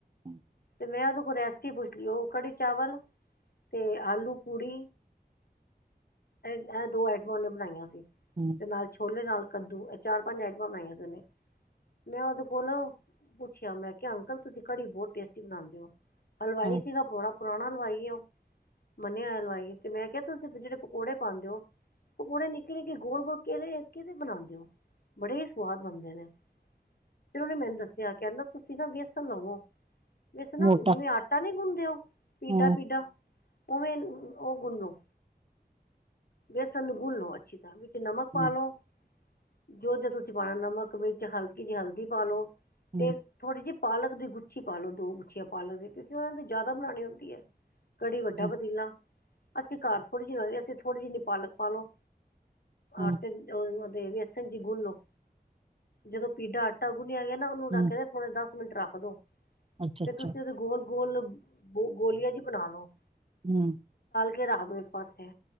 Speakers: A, on the right; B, on the left.
A: ਹਮ।
B: ਤੇ ਮੈਂ ਓਹਦੇ ਕੋਲ ਰੈਸਪੀ ਪੁੱਛ ਲਈ, ਓਹ ਕੜੀ ਚਾਵਲ ਤੇ ਆਲੂ ਪੂੜੀ। ਇਹ -ਇਹ, ਦੋ ਆਈਟਮਾਂ ਓਹਨੇ ਬਣਾਈਆਂ ਸੀ,
A: ਹੂੰ
B: ਤੇ ਨਾਲ ਛੋਲੇ ਨਾਲ ਕੱਦੂ, ਇਹ ਚਾਰ -ਪੰਜ ਐਟਮਾਂ ਬਣਾਈਆਂ ਸੀ ਓਹਨੇ। ਮੈਂ ਓਹਦੇ ਕੋਲੋ ਪੁੱਛਿਆ, ਮੈਂ ਕਿਹਾ ਅੰਕਲ ਤੁਸੀਂ ਕੜੀ ਬਹੁਤ ਟੇਸਟੀ ਬਨਾਉਂਦੇ ਹੋ। ਹਲਵਾਈ
A: ਹੂੰ
B: ਸੀ ਗਾ, ਬੜਾ ਪੁਰਾਣਾ ਹਲਵਾਈ ਏ, ਓਹ ਮੰਨਿਆ ਹੋਇਆ ਹਲਵਾਈ ਤੇ ਮੈਂ ਕਿਹਾ ਤੁਸੀਂ ਜਿਹੜੇ ਪਕੌੜੇ, ਪਾਉਂਦੇ ਓ। ਪਕੌੜੇ, ਨਿੱਕੇ -ਨਿੱਕੇ, ਗੋਲ -ਗੋਲ ਕਿਹੜੇ, ਕਿਹਦੇ ਬਨਾਉਂਦੇ ਔ ਬੜੇ ਸਵਾਦ ਬਨਦੇ ਨੇ। ਫੇਰ, ਓਹਨੇ ਮੈਨੂੰ ਦੱਸਿਆ, ਕਹਿੰਦਾ ਤੁਸੀਂ ਨਾ ਵੇਸਣ ਲਵੋ। ਵੇਸਨ ਨਾ,
A: ਮੋਟਾ
B: ਜਿਵੇਂ ਆਟਾ ਨੀ ਗੁੰਨਦੇ ਓ ਪੀਡਾ-
A: ਹੂੰ,
B: ਪੀਡਾ। ਓਵੇਂ, ਓਹ ਗੁੰਨ ਲੋ ਵੇਸਣ ਨੂੰ ਗੁੰਨ ਲਉ ਅੱਛੀ ਵਿੱਚ ਨਮਕ ਪਾ
A: ਹੂੰ,
B: ਲਉ ਜੋ- ਜੋ ਤੁਸੀਂ ਪਾਉਣਾ, ਨਮਕ, ਮਿਰਚ, ਹਲਕੀ ਜਿਹੀ ਹਲਦੀ ਪਾ ਲਓ ।
A: ਹੂੰ,
B: ਤੇ ਥੋੜੀ ਜੀ ਪਾਲਕ ਦੀ ਗੁੱਛੀ ਪਾ ਲਉ, ਦੋ ਗੁੱਛੀਆਂ ਪਾਲਕ ਦੀ, ਕਿਉੰਕੀ ਓਹਨਾਂ ਨੇ ਤੇ ਜ਼ਿਆਦਾ ਬਣਾਉਣੀ ਹੁੰਦੀ ਐ। ਕੜੀ ਵੱਡਾ
A: ਹੂੰ,
B: ਪਤੀਲਾ, ਅਸੀਂ ਘਰ ਥੋੜੀ ਜੀ ਅਸੀਂ ਥੋੜੀ ਜਿੰਨੀ ਪਾਲਕ ਪਾ ਲਉ।
A: ਹੂੰ,
B: ਆਟੇ ਦੇ, ਵੇਸਨ ਚੀ ਗੁੰਨ ਲਉ ਜਦੋਂ ਪੀਡਾ ਆਟਾ ਗੁੰਨਿਆ ਗਿਆ ਨਾ, ਓਹਨੂੰ
A: ਹੂੰ,
B: ਰੱਖ ਦੇ ਥੌੜਾ ਦਸ ਮਿੰਟ, ਰੱਖ ਦੋ
A: ਅੱਛਾ-ਅੱਛਾ,
B: ਫਿਰ ਤੁਸੀਂ ਉਹਦੇ ਗੋਲ ਗੋਲ, ਗੋ ਗੋਲੀਆਂ ਜੀ ਬਣਾ ਲਓ ।
A: ਹੁ।
B: ਕੇ ਰੱਖ ਦੋ ਇੱਕ ਪਾਸੇ